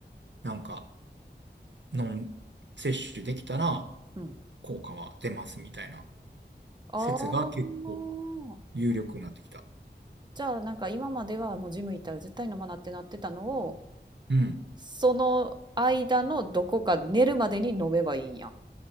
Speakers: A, on the right (about 75°); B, on the right (about 25°).
A: なんか飲ん、摂取できたら
B: うん。
A: 効果は出ます、みたいな説が結構
B: ああ。
A: 有力になってきた。
B: じゃあ、なんか今まではもうジム行ったら絶対飲まなってなってたのを、
A: うん、
B: その間のどこか寝るまでに飲めばいいんや。